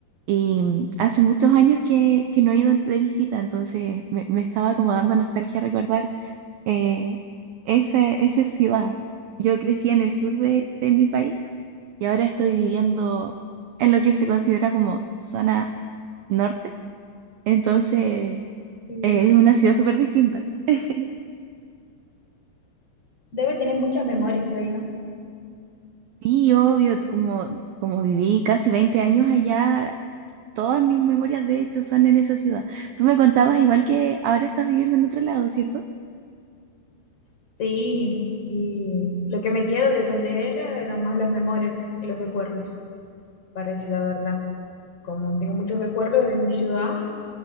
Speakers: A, on the right; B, on the left.
A: y mm, hace muchos años que, que no he ido de visita, entonces me, me estaba como dando nostalgia recordar eh, ese- esa ciudad. Yo crecí en el sur de, de mi país y ahora estoy viviendo en lo que se considera como zona norte. Entonces, eh,
B: sí,
A: es una ciudad súper distinta. <laughs>
B: debe tener muchas memorias ahí, ¿no?
A: Sí, obvio, t- como, como viví casi 20 años allá, todas mis memorias de hecho son en esa ciudad. Tú me contabas igual que ahora estás viviendo en otro lado, ¿cierto?
B: Sí, y lo que me queda de donde era eran más las memorias y los recuerdos, para decir la verdad. Como tengo muchos recuerdos de mi ciudad,